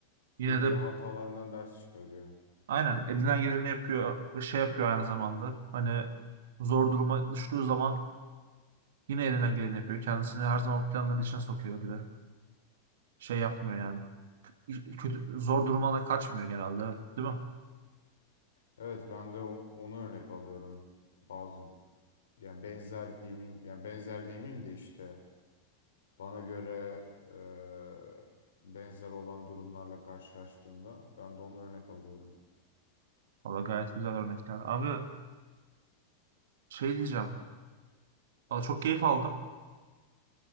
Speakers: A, on the right (about 60°); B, on the left (about 65°).
A: Yine
B: Yine
A: de
B: de hatalarından ders çıkarıyor.
A: Aynen elinden geleni yapıyor ve şey yapıyor aynı zamanda. Hani zor duruma düştüğü zaman yine elinden geleni yapıyor. Kendisini her zaman planların içine sokuyor bir de. Şey yapmıyor yani. Kötü, zor durumdan kaçmıyor genelde. evet. Değil mi?
B: Evet ben de o- onu örnek alıyorum. Bazı yani benzer diyeyim, yani benzer demeyeyim de işte bana göre eee, benzer olan durumlarla karşılaştığımda ben de onu örnek alıyorum.
A: Valla gayet güzel örnekler. Abi şey diyeceğim. Valla çok keyif aldım.